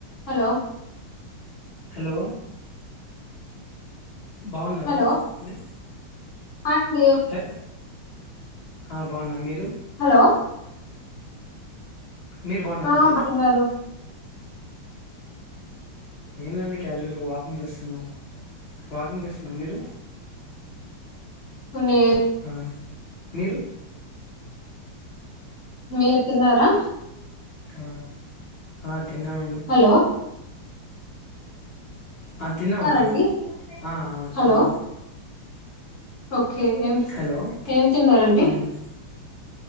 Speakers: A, on the left; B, on the left.
A: Hello
B: hello బాగున్నదా
A: hello
B: అండి
A: hi అండి
B: హె ఆ బావున్నా మీర్ రు
A: హలో
B: మీరు బాగున్నార
A: ఆ
B: అండి
A: బాగున్నారు
B: ఏం లేదండి క్యాజువల్ గా వాకింగ్ చేస్ ను వాకింగ్ చేస్తున్నాం మీరు
A: మీర్
B: ఆ మీరు
A: మీరు తిన్నారా
B: ఆ ఆద్ తిన్నామండి
A: హలో
B: ఆ తిన్నామండి
A: తిన్నారండి
B: ఆ ఆ తిన్నామ్
A: హలో ఓకే ఏం
B: హలో
A: ఏం తిన్నారండి
B: అవును